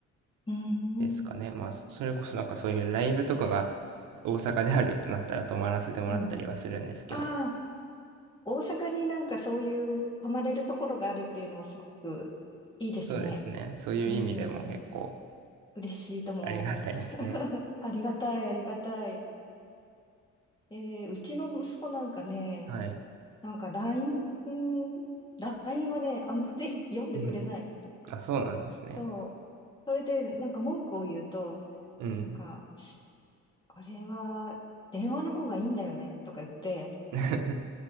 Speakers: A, on the left; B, on the right.
A: うん、
B: ですかね。まあ、それこそなんかそういうライブとかが大阪であるってなったら泊まらせてもらったりはするんですけど、
A: うん。ああ、大阪になんかそういう泊まれるところがあるっていうのはすごくいいですね。
B: そうですね。そういう意味でも結構
A: うん、嬉しいとも。
B: ありがたいですね。
A: <laughs> ありがたい、ありがたい。えーうちの息子なんかね、
B: はい。
A: なんかラインうんラインはね、あんまり <laughs> 読んでくれない
B: うん。あ、そうなんですね。
A: と、それでなんか文句を言うと、
B: うん。
A: なんか、あれは電話の方がいいんだよねとか言って、
B: <laughs>